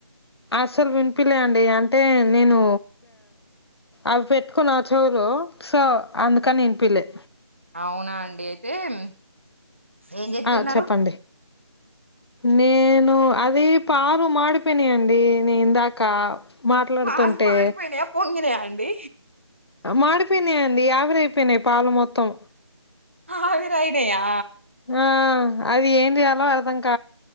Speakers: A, on the left (about 60°); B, on the right (about 25°).
A: అస్సలు వినిపిలే అండి అంటే నేను అవి పెట్టుకున్నా ఆ చెవులో సో అందుకనినిపిల్లే
B: అవునా అండి అయితే ఎం ఏం చేతున్నారు
A: ఆ చెప్పండి నేను అది పాలు మాడిపోయినాయి అండి నీ ఇందాకా మాట్లాడుతుంటే
B: పాలు మాడిపోయినాయా పొంగినాయా అండి
A: మాడిపోయినాయిండి ఆవిరి అయిపోయినాయి పాలు మొత్తం
B: అవిరీ అయినయా
A: ఆ అది ఏందిచేయాలే అర్థం క